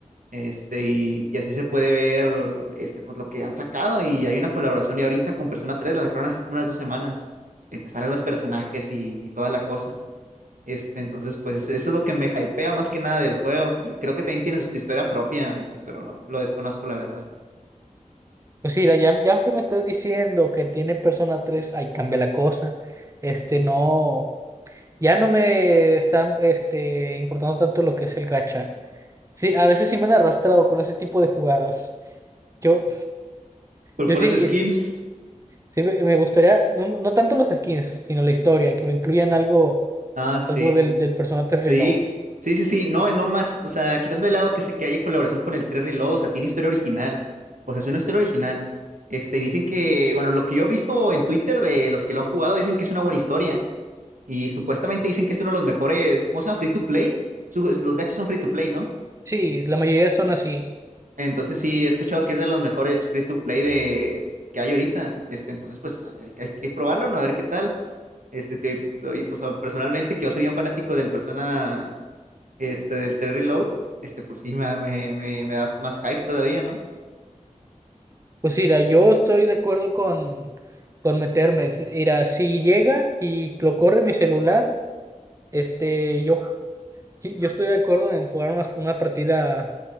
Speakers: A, on the right; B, on the right.
A: Este, y, y así se puede ver, este, pues lo que han sacado. Y hay una colaboración ya ahorita con Persona tres la sacaron hace como unas dos semanas. Este, salen los personajes y, y toda la cosa. Este, entonces, pues eso es lo que me hypea más que nada del juego. Cre- Creo, que también tiene su historia propia, este, pero no, lo desconozco la verdad.
B: Pues mira, ya, ya que me estás diciendo que tiene Persona 3, ahí cambia la cosa. Este, no, ya no me está, este, importando tanto lo que es el gacha. Sí, a veces sí me han arrastrado con ese tipo de jugadas. Yo,
A: Por
B: Yo
A: puras
B: sí,
A: skins.
B: es- sí me me gustaría, no, no tanto los skins, sino la historia, que me incluyan algo,
A: Ah, sí.
B: algo del, del personaje
A: Sí,
B: Reload.
A: sí, sí, sí, no, y no más, o sea, quitando de lado que, se, que haya colaboración con el 3 Reload, o sea, tiene historia original, o sea, es una historia original. Este, dicen que, bueno, lo que yo he visto en Twitter de los que lo han jugado, dicen que es una buena historia, y supuestamente dicen que es uno de los mejores, ¿cómo se llama? Free to play. Su- los gachos son free to play, ¿no?
B: Sí, la mayoría son así.
A: Entonces sí, he escuchado que es de los mejores free to play de, que hay ahorita, este, entonces pues hay, hay- hay que probarlo, ¿no? A ver qué tal. Este, tío, y pues, y, pues, personalmente, que yo soy un fanático del Persona este, del 3 Reload, este, pues sí, me, me, me, me da más hype todavía, ¿no?
B: Pues mira, yo estoy de acuerdo con, con meterme. Si- Mira, si llega y lo corre mi celular, este, yo Sí, Yo estoy de acuerdo en jugar una, una partida